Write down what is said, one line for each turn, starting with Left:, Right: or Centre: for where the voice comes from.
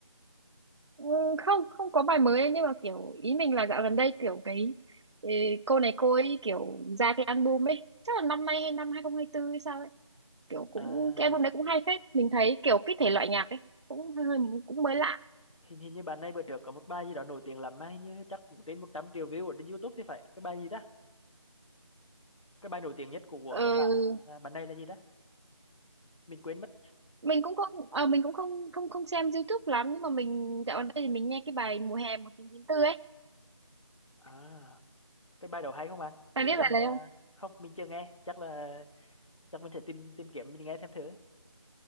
Right: Ừ, Không không có bài mới ấy, nhưng mà kiểu ý mình là dạo gần đây kiểu cái ừ, cô này cô ấy kiểu ra cái album ấy, chắc là năm nay hay năm 2024 hay sao kiểu cũng
Left: à
Right: cái album đấy cũng hay phết mình thấy kiểu cái thể loại nhạc ấy cũng hơi hơi cũng mới lạ
Left: hình hình như bạn này bữa trước có một bài gì đó nổi tiếng lắm mà hình như chắc cũng trên 100 triệu view ở trên YouTube thì phải cái bài gì ta cái bài nổi tiếng nhất của, của
Right: ờ,
Left: cái bạn à, bạn này là gì ta mình quên mất
Right: mình cũng không ờ, mình cũng không không không xem YouTube lắm nhưng mà mình dạo gần đây thì mình nghe cái bài mùa hè 1994 ấy
Left: à cái bài đầu hay không anh
Right: bạn
Left: để
Right: biết
Left: mình
Right: bài này
Left: ờ,
Right: không
Left: không mình chưa nghe chắc là chắc mình sẽ tìm tìm kiếm mình nghe thêm thử